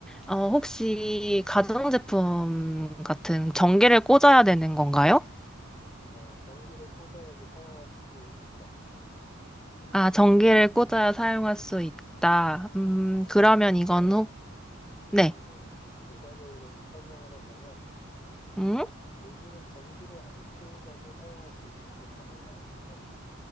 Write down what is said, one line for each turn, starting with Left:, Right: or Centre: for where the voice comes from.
Centre: 어, 혹시 가전제품 같은 전기를 꽂아야 되는 건가요?
Left: 어, 전기를 꽂아야지 사용할 수 있어.
Centre: 아, 전기를 꽂아야 사용할 수 있다. 음, 그러면
Left: 음, 그런데,
Centre: 이건 혹, 네.
Left: 그런데 부가적으로 설명을 하자면,
Centre: 음?
Left: 어, 요즘은 전기를 안 꽂아도 사용할 수 있는 게 간혹 나오긴 해.